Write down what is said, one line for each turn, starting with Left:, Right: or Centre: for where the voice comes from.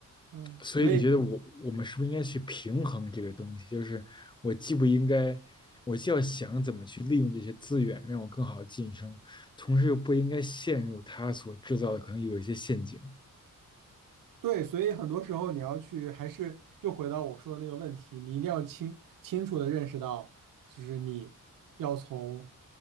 Right: 嗯，
Left: 所以你觉得我我们是不是应该去平衡这个东西？
Right: 所以
Left: 就是我既不应该，我既要想怎么去利用这些资源，让我更好的晋升，同时又不应该陷入他所制造的可能有一些陷阱。
Right: 对，所以很多时候你要去，还是又回到我说的那个问题，你一定要清清楚的认识到，就是你要从